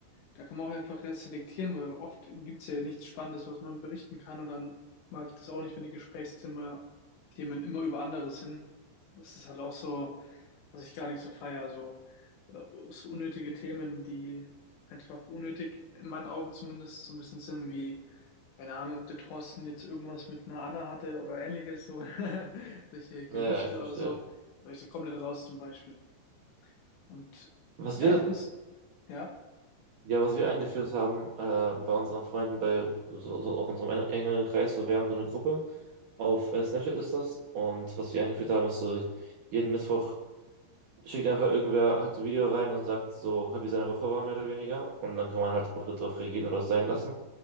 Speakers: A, on the left (about 80°); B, on the right (about 60°).
A: da kann man auch einfach selektieren, weil oft gibt's ja nichts Spannendes, was man berichten kann. Und dann mag ich das auch nicht, wenn die Gesprächszimmer Themen immer über anderes hin. Das ist halt auch so, was ich gar nicht so feier. So, oder so unnötige Themen, die einfach unnötig, in meinen Augen zumindest, so ein bisschen sind, wie, keine Ahnung, ob der Thorsten jetzt irgendwas mit einer Anna hatte oder ähnliches, so <laughs> solche Gerüchte
B: Naja, ich verstehe.
A: oder so. Da war ich so komplett raus zum Beispiel. Und
B: Was
A: ja,
B: wir,
A: ich find's. Ja.
B: ja, was wir eingeführt haben äh, bei unseren Freunden, bei so, so unserem en- engeren Kreis, so wir haben so eine Gruppe, auf äh, Snapchat ist das und was wir eingeführt haben, ist so jeden Mittwoch schickt einfach irgendwer halt so ein Video rein und sagt so, halt, wie seine Woche war, mehr oder weniger. Und dann kann man halt drauf, drauf reagieren oder es sein lassen.